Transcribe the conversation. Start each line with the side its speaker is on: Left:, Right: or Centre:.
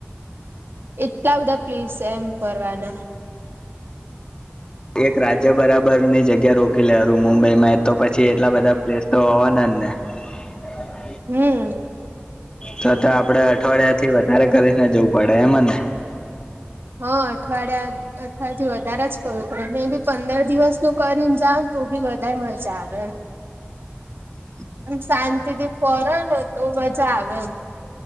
Right: એટલા બધા પ્લેસ છે એમ ફરવાના
Left: એક રાજ્ય બરાબર ની જગ્યા રોકી લેું મુંબઈમાં એ તો પછી એટલા બધા પ્લેસ તો હોવાના ને <unintelligible>
Right: હમ
Left: તો તો આપડે અઠવાડિયા થી વધારે કરીને જવું પડે એમને
Right: હ અઠવાડિયા અઠવા થી વધારે જ કું ત બી પંદર દિવસ નું કરીને જ તો બી વધારે મજા આવે એમ
Left: અ <inaudible>
Right: એમ શાંતિ થી ફોરે ને તો મજા આવે એમ